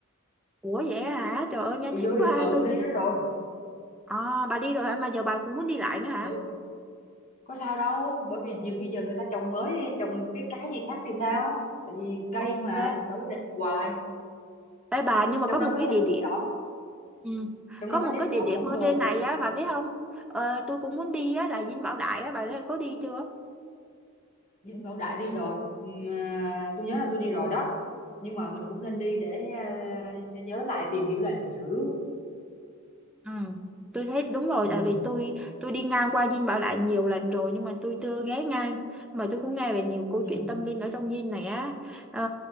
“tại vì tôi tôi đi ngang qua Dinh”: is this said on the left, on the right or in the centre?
Centre